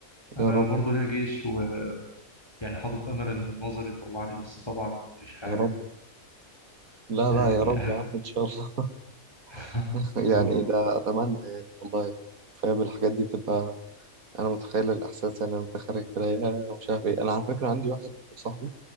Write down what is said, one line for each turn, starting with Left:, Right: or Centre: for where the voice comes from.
Left: أنا
Right: يا رب
Left: برضو ليا جيش ويعني حاطط أمل إن النظر يطلعني بس طبعا مفيش حاجة
Right: يا رب لا
Left: يعني
Right: لا يا رب يا عم ان شاء الله
Left: <laughs>
Right: <laughs>
Left: يا
Right: يعني
Left: رب
Right: ده اتمنى يعني والله فاهم الحاجات دي بتبقى انا متخيل الاحساس يعني انت خارج في العيادة ومش عارف ايه انا على فكرة عندي واحد صاحبي